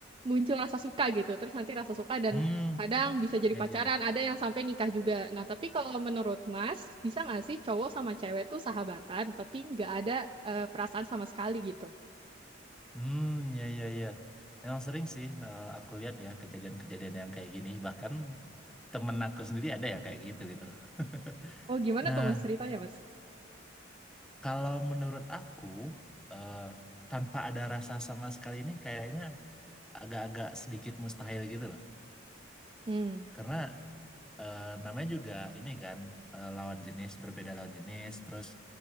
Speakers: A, on the right; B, in the centre.
A: muncul rasa suka gitu. Terus nanti rasa suka dan
B: Hmm,
A: Kadang bisa jadi
B: ya,
A: pacaran,
B: ya.
A: ada yang sampai nikah juga. Nah, tapi kalau menurut Mas, bisa nggak sih cowok sama cewek tuh sahabatan, tapi nggak ada eh, perasaan sama sekali gitu?
B: Hmm, ya, ya, ya. Emang sering sih eh, aku lihat ya kejadian-kejadian yang kayak gini. Bahkan temen aku sendiri ada yang kayak gitu gitu loh. <laughs>
A: Oh, gimana
B: Nah,
A: tuh Mas ceritanya, Mas?
B: <clears throat> kalau menurut aku, eh, tanpa ada rasa sama sekali ini kayaknya agak-agak sedikit mustahil gitu loh.
A: Hmm,
B: Karena eh, namanya juga ini kan eh, lawan jenis, berbeda lawan jenis, terus